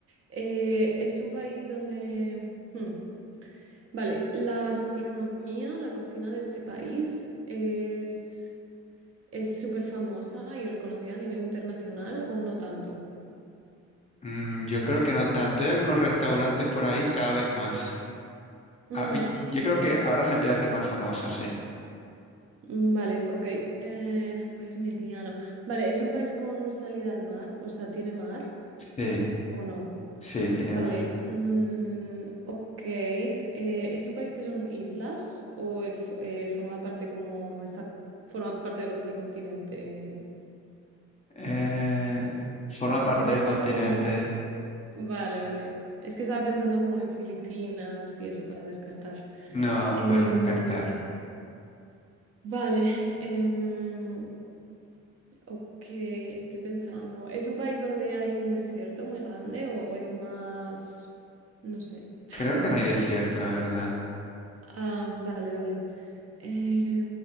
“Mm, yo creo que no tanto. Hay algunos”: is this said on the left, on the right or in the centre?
Left